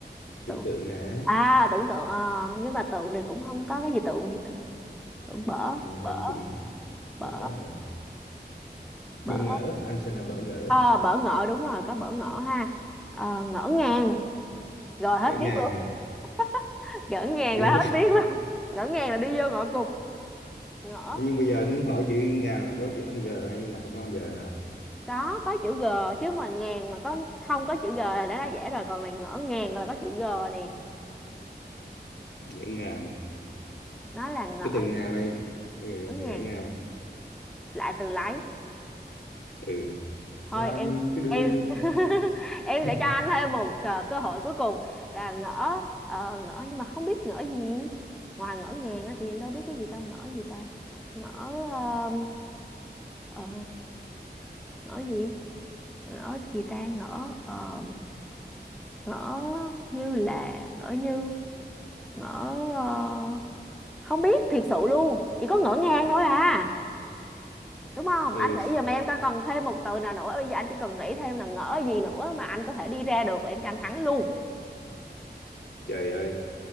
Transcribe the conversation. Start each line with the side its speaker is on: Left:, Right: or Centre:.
Left: tưởng
Centre: tưởng
Left: tượng nè
Centre: à tưởng tượng ờ, nhưng mà tượng thì cũng không có cái gì tượng gì tượng tưởng bở
Left: tưởng hình
Centre: bở
Left: tưởng thơ
Centre: bở
Left: bỡ à.
Centre: bở
Left: bỡ ngỡ anh sẽ là bỡ ngỡ
Centre: ờ bở ngỡ đúng rồi có bở ngỡ ha Ờ, ngỡ ngàng rồi hết
Left: ngỡ ngàng
Centre: biết luôn
Left: à.
Centre: <laughs> ngỡ ngàng
Left: thì,
Centre: là hết biết luôn ngỡ ngàng là đi vô ngõ cụt
Left: <laughs>
Centre: ngỡ
Left: nhưng bây giờ anh hỏi chữ ngàn là có chữ âm g hay là không có âm g hả
Centre: có có chữ G chứ mà ngàn mà có không có chữ G là đã đã dễ rồi còn là ngỡ ngàng là có chữ G nè
Left: ngỡ ngàng
Centre: nó là ngỡ
Left: cái từ ngàn này ừ,
Centre: ngỡ ngàng
Left: ngỡ ngàng
Centre: lại từ lấy
Left: ừ sao
Centre: thôi
Left: anh
Centre: em
Left: cứ đưa
Centre: em
Left: em
Centre: <laughs> em
Left: <laughs>
Centre: sẽ cho anh thêm một ờ, cơ hội cuối cùng là ngỡ ờ, ngỡ nhưng mà không biết ngỡ gì ngoài ngỡ ngàng ra thì em đâu biết cái gì tao ngỡ gì ta ngỡ ờm, ờ, ngỡ gì ngỡ gì ta ngỡ ờm, ngỡ như là ngỡ như ngỡ ờ, không biết thiệt sự luôn chỉ có ngỡ ngàng thôi à đúng không
Left: ừ
Centre: anh nghĩ giùm em coi còn thêm một từ nào nữa bây giờ anh chỉ cần nghĩ thêm là ngỡ gì nữa mà anh có thể đi ra được là em cho anh thắng luôn
Left: trời ơi